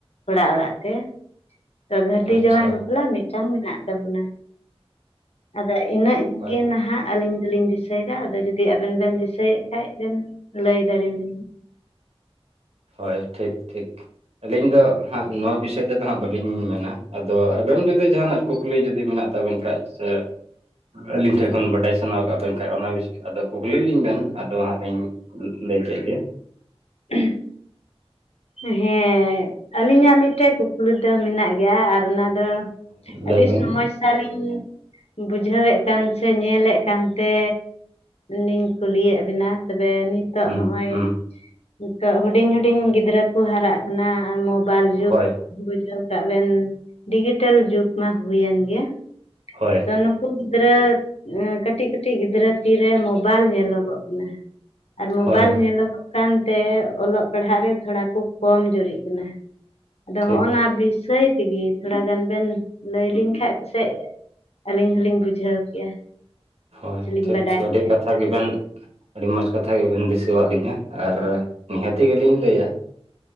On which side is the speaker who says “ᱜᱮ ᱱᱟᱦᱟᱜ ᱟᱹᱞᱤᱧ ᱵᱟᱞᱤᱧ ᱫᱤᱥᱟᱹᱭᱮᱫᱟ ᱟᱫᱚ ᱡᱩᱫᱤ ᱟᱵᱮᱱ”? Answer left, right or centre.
Left